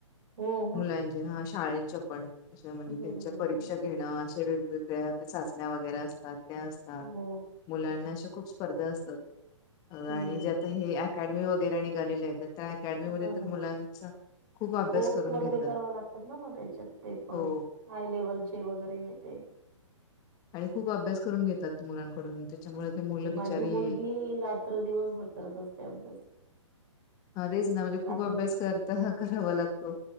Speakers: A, on the right (about 40°); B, on the left (about 25°).
A: हो मग
B: मुलाच्या शाळेच्या पण त्यांच्या
A: हम्म
B: परीक्षा घेणं अशे वेगवेगळ्या चाचण्या वगैरे असतात त्या असतात
A: हो.
B: मुलांना अशा खूप स्पर्धा असतात
A: हम्म
B: आणि ज्या आता हे अकॅडमी वगैरे निघालेल्या आहेत. त्या अकॅडमीमध्ये
A: हां
B: तर
A: हां.
B: मुलांचा खूप अभ्यास
A: कोर्स
B: करून
A: वगैरे
B: घेतात
A: कराव लागतात ना मग त्याच्यात ते पण.
B: हो
A: हाय लेव्हलचे वगैरे हे ते.
B: आणि खूप अभ्यास करून घेतात मुलांकडून त्याच्यामुळे ते मुलं बिचारी
A: माझी मुलगी रात्र दिवसभर करत असते अभ्यास.
B: हा तेच ना म्हणजे
A: रात्रीची
B: खूप अभ्यास करता करावा लागतो.